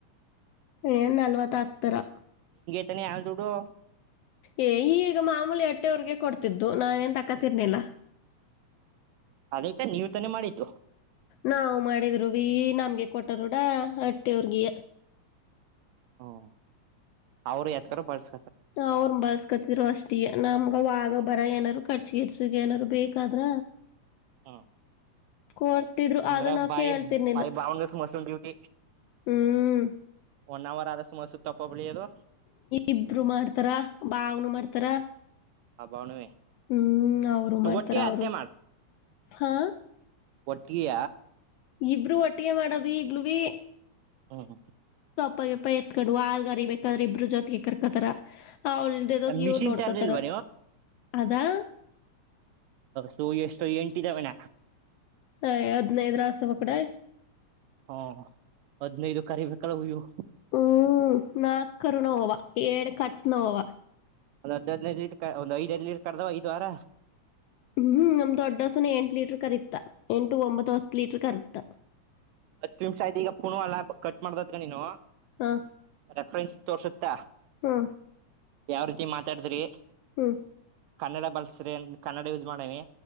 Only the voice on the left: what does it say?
ಏನ್ ನಲ್ವತ್ತ ಆಕ್ತರಾ
ಏ್ ಈಗಗ ಮಾಮೂಲಿ ಅಟ್ಟೆವ್ರಗೆ ಕೊಡ್ತಿದ್ದು ನಾವ ನ್ ತಕತಿರ್ನಿಲ್ಲ
ನಾವವು ಮಾಡಿದ್ರು ವಿ ನಮ್ಗೆ ಕೊಟರುೂಡ ಅಟ್ಟೆ ಅವ್ರಿಗೆ
ಅವ್್ರ ಬಳ್ಸ್ಕತಿದ್ರು ಅಷ್ಟಿಗೆ ನಮ್ಗ ವಾ ಗ
ಬರ ಏನಾರ್ರು ಕರ್ಚಿಗರ್ಸಗ ಏನಾರರು ಬೇಕಾದ್ರ
ಕೊಡ್ತಿದ್ರು
ಆದ್ರ ನಾವ್
ಕೇಳ್ತಿರ್ನಿಲ್ಲ
ಹ್ಮ್
ಇಬ್ರು ಮಾಡ್ತಾರ ಬಾವನು ಮಾಡ್ತಾರ
ಹ್ಮ್ ಅವ್ರು ಮಾಡ್ತಾರ
ಅವ್ರು
ಹಾ
ಇಬರು ಒಟ್ಟಿಗೆ ಮಾಡದು್ ಈಗ್ಲ ಬಿೀ
ಪೈಪ್ಪ ಎತ್ಕೊಂಡ ಆಲ್ಗರಿ ಬೇಕಾದ್ರೆ ಇಬ್ಬರು ಜೊತೆಗೆ ಕರ್ಕತಾರ ಹ ಅವಳಲ್ದದಕ ಇವ್ರ
ನೋಡ್ಕೊತಾರ
ಅದಾ
ಹ ಹದ್ನೈದ ರಾಸ ಒ ಕಡೆ
ಹ್ಮ್ ನಾಕ ರುಣ ಹವ ಏಳ ಕಟ್ಸ ನ ಅವವ
ಹ್ಮ್ ನಮ್ದ ದೊಡ್ಡಸನ ಎಂಟು ಲೀಟರ್ ಕರಿತ್ತಾ ಎಂಟು ಒಂಬತ್ತು ಹತ್ತು ಲೀಟರ್ ಕರತ್ತ
ಹಾ
ಹಾ
ಹ್ಮ